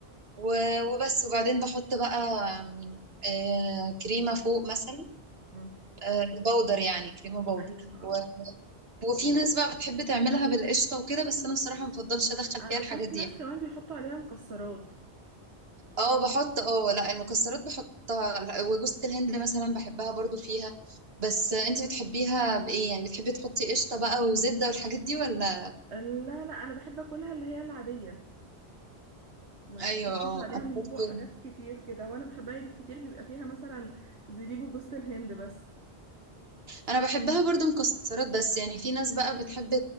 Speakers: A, on the right; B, on the right.
A: و- وبس وبعدين بحط بقى آم، آه، كريمة فوق مثلا
B: مم.
A: آه، بودر يعني كريمة بودر
B: ايوه اه
A: و... وفي ناس بقى بتحب تعملها بالقشطة وكده بس أنا بصراحة ما بفضلش أدخل
B: انا
A: فيها
B: بشوف
A: الحاجات دي
B: ناس
A: يعني
B: كمان بيحطوا عليها مكسرات
A: اه بحط اه لا المكسرات بحطها وجوزة الهند مثلا بحبها برضو فيها بس انتي بتحبيها بإيه يعني بتحبي تحطي قشطة بقى وزبدة والحاجات دي ولا
B: لا لا انا بحب اكلها اللي هي العاديه ما
A: ايوه
B: بحبش
A: اه
B: عليها
A: انا
B: من
A: برضو
B: فوق حاجات كتير كده وانا بحبها بالكتير بيبقى فيها مثلا زبيب وجوز الهند بس
A: انا بحبها برضو مكسرات بس يعني في ناس بقى بتحب